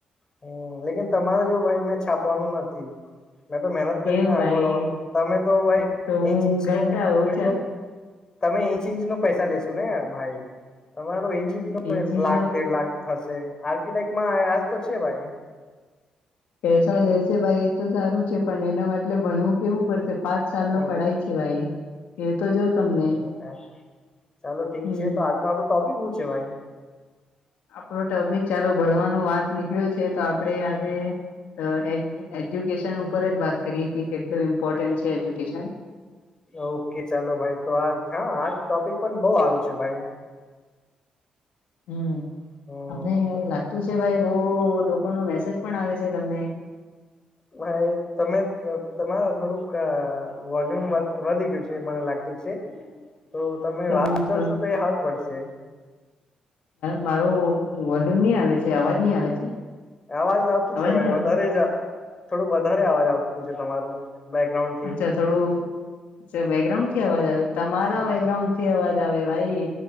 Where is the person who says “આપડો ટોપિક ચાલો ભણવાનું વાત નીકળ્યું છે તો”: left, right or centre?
Left